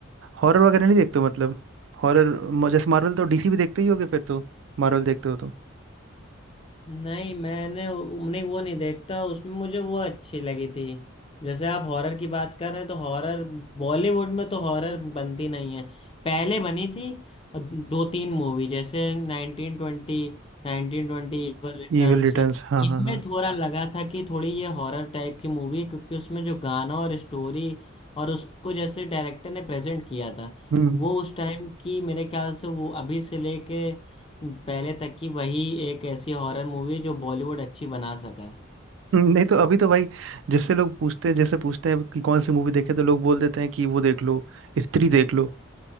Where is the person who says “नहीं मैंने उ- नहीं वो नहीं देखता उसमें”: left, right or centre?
Left